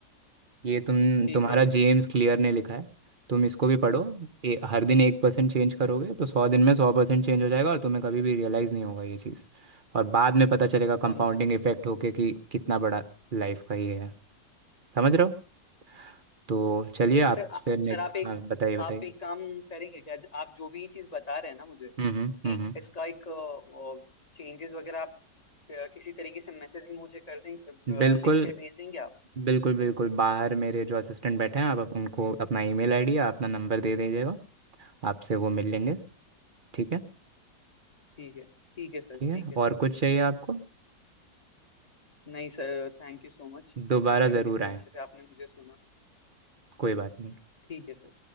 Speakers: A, on the right; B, on the left.
A: ये तुम
B: ठीक
A: तुम्हारा
B: है
A: जेम्स क्लियर ने लिखा है तुम इसको भी पढ़ो ए, हर दिन एक परसेंट चेंज करोगे तो सौ दिन में सौ परसेंट चेंज हो जाएगा और तुम्हें कभी भी रियलाइज़ नहीं होगा ये चीज़ और बाद में पता चलेगा कंपाउंडिंग
B: समझा
A: इफेक्ट होके कि कितना बड़ा लाइफ का ये है समझ रहे हो तो चलिए
B: सर
A: आपसे
B: आ,
A: नेक्स्ट
B: सर आप एक
A: हाँ बताइए बताइए
B: आप एक काम करेंगे क्या आप जो भी चीज बता रहे हैं ना मुझे
A: हम्म हम्म
B: एक
A: हम्म,
B: इसका एक चेंजेस वगैरह आप अ, किसी तरीके से मैसेज में मुझे कर दें अ,
A: हम्म। बिल्कुल
B: लिख के भेज देंगे आप
A: बिल्कुल बिल्कुल बाहर मेरे जो असिस्टेंट बैठे हैं आप उनको अपना ईमेल आईडी या अपना नंबर दे दीजिएगा आपसे वो मिल लेंगे ठीक है
B: ठीक है ठीक है सर
A: ठीक है
B: ठीक है
A: और कुछ चाहिए आपको
B: नहीं sir thank you so much
A: दोबारा
B: ठीक है
A: ज़रूर
B: इतने
A: आए
B: अच्छे से आपने मुझे सुना
A: कोई बात नहीं
B: ठीक है सर